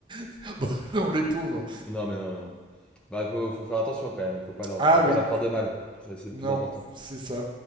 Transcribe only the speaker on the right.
<laughs> Bon, non, les pauvres.
Ah
oui,
non,
c'est ça.